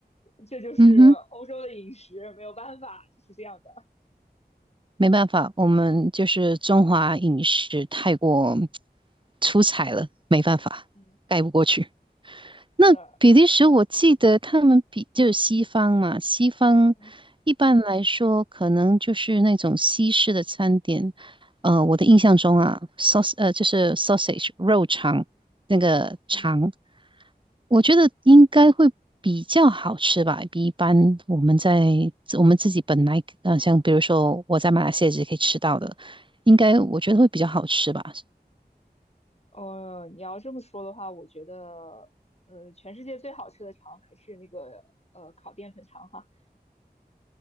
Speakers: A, on the left; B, on the right.
A: 这就是欧洲的饮食，
B: 嗯哼，
A: 没有办法，就是这样的。
B: 没办法，我们就是中华饮食太过 <tsk> 出彩了，没办法，
A: 嗯，
B: 盖不过去。那比利时，
A: 是的，
B: 我记得他们比就是西方嘛，西方一般来说可能就是那种西式的餐点。
A: 嗯
B: 呃，我的印象中啊，saus 呃就是 sausage 肉肠那个肠，
A: 嗯
B: 我觉得应该会比较好吃吧，比一般我们在我们自己本来呃像比如说我在马来西亚也可以吃到的，应该我觉得会比较好吃吧。
A: 嗯，呃，你要这么说的话，我觉得，呃，全世界最好吃的肠还是那个呃烤淀粉肠哈，